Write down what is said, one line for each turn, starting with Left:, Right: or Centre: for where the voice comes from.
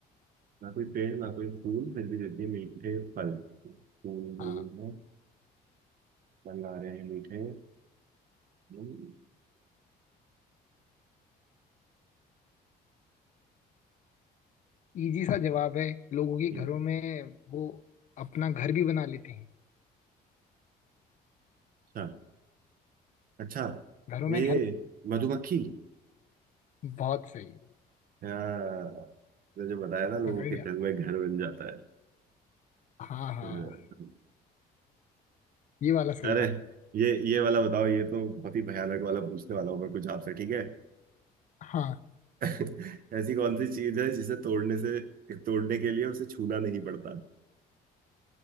Right: ना कोई पेड़ ना कोई फूल फिर भी देती है मीठे फल फूल नहीं
Left: हाँ
Right: है फल आ रहे हैं मीठे हम्म,
Left: इजी सा जवाब है लोगों के
Right: ये।
Left: घरों में वो अपना घर भी बना लेते हैं
Right: अच्छा अच्छा
Left: घरों में
Right: ये
Left: घर
Right: मधुमक्खी
Left: बहुत सही
Right: हाँ तो जो बताया ना लोगों
Left: पकड़
Right: के
Left: लिया
Right: घर में घर बन जाता है
Left: हाँ हाँ
Right: हाँ।
Left: ये वाला सही
Right: अरे
Left: था
Right: ये ये वाला बताओ ये तो बहुत ही भयानक वाला पूछने वाला हूँ मैं कुछ आपसे ठीक है
Left: हाँ
Right: <laughs> ऐसी कौन सी चीज है जिसे तोड़ने से तोड़ने के लिए उसे छूना नहीं पड़ता